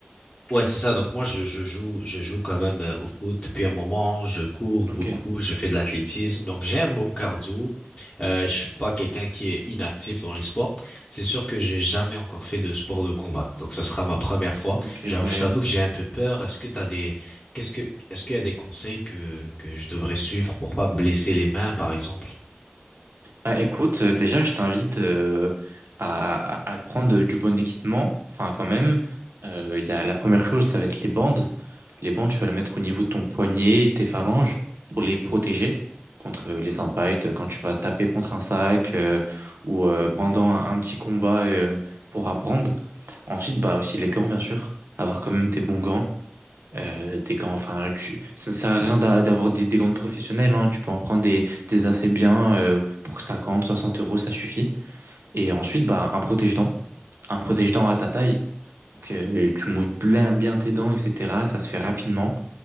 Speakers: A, on the left; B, on the right.
A: Ouais, c'est ça. Donc moi, je, je joue, je joue quand même euh, au foot depuis un moment. Je cours
B: Ok,
A: beaucoup, je fais de l'athlétisme, donc j'ai un bon cardio. Euh, je suis pas quelqu'un qui est inactif dans les sports. C'est sûr que j'ai jamais encore fait de sport de combat, donc ça sera ma première fois.
B: ok,
A: J'avoue,
B: ouais.
A: je t'avoue que j'ai un peu peur. Est-ce que t'as des, qu'est-ce que, est-ce qu'il y a des conseils que que je devrais suivre pour pas me blesser les mains, par exemple?
B: Bah, écoute, euh, déjà, je t'invite euh, à, à à prendre euh, du bon équipement. Enfin, quand même, euh, il y a, la première chose, ça va être les bandes. Les bandes, tu vas les mettre au niveau de ton poignet, tes phalanges, pour les protéger contre euh, les impacts, euh, quand tu vas taper contre un sac euh, ou euh, pendant un, un petit combat euh, pour apprendre. Ensuite, bah, aussi les gants, bien sûr. Avoir quand même des bons gants euh, des grands, enfin, tu- ça ne sert à rien d'a- d'avoir des, des gants professionnels, hein. Tu peux en prendre des, des assez bien euh, pour 50, 60 euros, ça suffit. Et ensuite, bah, un protège-dents, un protège-dents à ta taille, que tu mouilles bien, bien tes dents, etc. Ça se fait rapidement.